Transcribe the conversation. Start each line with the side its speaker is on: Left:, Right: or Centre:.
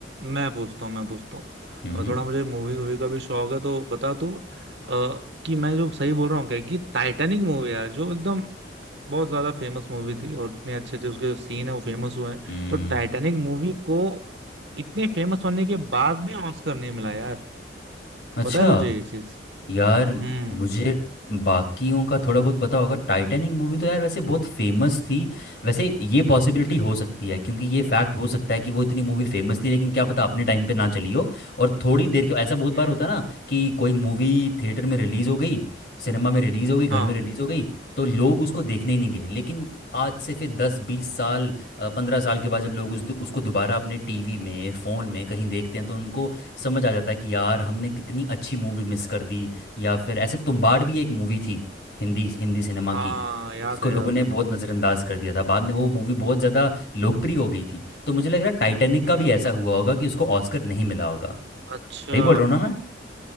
Right: मैं पूछता हूँ मैं पूछता हूँ
Left: हम्म
Right: अ, थोड़ा मुझे मूवी वूवी का भी शौक है तो बता तू अ, कि मैं जो सही बोल रहा हूँ क्या कि टाइटैनिक मूवी यार जो एकदम बहुत ज्यादा फेमस मूवी थी और इतने अच्छे अच्छे उसके जो सीन है वो फेमस हुए हैं
Left: हम्म,
Right: तो टाइटैनिक मूवी को इतने फेमस होने के बाद भी ऑस्कर नहीं मिला यार
Left: अच्छा
Right: पता है तुझे ये चीज
Left: यार मुझे
Right: हम्म
Left: बाकियों का थोड़ा बहुत पता होगा टाइटैनिक मूवी तो यार वैसे बहुत फेमस थी वैसे ये पॉसिबिलिटी हो सकती है क्योंकि ये फैक्ट हो सकता है कि वो इतनी मूवी फेमस थी लेकिन क्या पता अपने टाइम पे ना चली हो और थोड़ी देर के ऐसा बहुत बार
Right: हम्म
Left: होता है ना कि कोई मूवी थिएटर में रिलीज हो गई सिनेमा में रिलीज हो गई घर
Right: हाँ
Left: में रिलीज हो गई तो लोग उसको देखने ही नहीं गए लेकिन आज से फिर दस बीस साल पंद्रह साल के बाद जब लोग उस उसको दोबारा अपने टीवी में फ़ोन में कहीं देखते हैं तो उनको समझ आ जाता है कि यार हमने कितनी अच्छी मूवी मिस कर दी या फिर ऐसे तुम्बाड़ भी एक मूवी थी हिंदी हिंदी सिनेमा
Right: हाँ
Left: की
Right: याद
Left: जिसको
Right: है
Left: लोगों
Right: याद
Left: ने
Right: है
Left: बहुत नज़रअंदाज कर दिया था बाद में वो मूवी बहुत ज़्यादा लोकप्रिय हो गई थी तो मुझे लग रहा है टाइटैनिक
Right: हम्म
Left: का भी ऐसा हुआ होगा कि उसको ऑस्कर नहीं मिला होगा
Right: अच्छा
Left: सही बोल रहा हूँ ना मैं